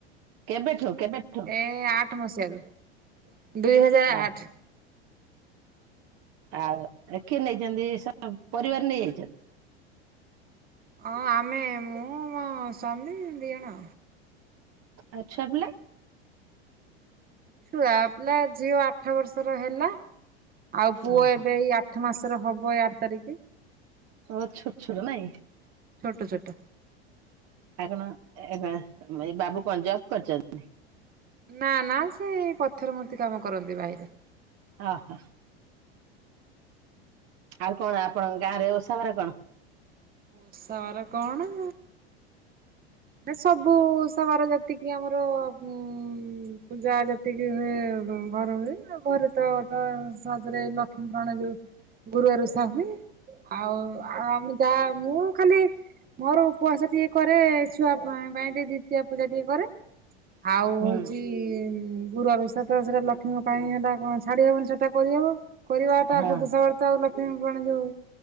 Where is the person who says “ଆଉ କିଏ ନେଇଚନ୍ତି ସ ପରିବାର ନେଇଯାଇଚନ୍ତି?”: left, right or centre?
Right